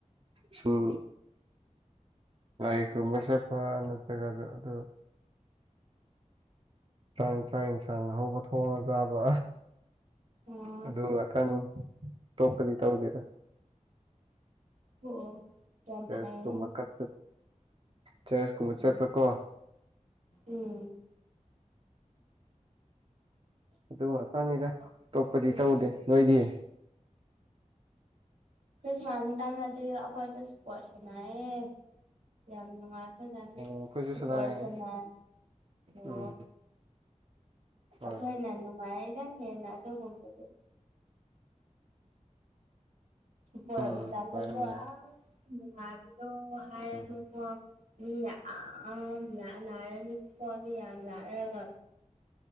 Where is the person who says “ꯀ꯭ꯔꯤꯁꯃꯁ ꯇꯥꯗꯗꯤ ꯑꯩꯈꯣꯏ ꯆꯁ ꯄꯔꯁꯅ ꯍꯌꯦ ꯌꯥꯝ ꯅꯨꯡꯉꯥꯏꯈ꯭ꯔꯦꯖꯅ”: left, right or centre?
Right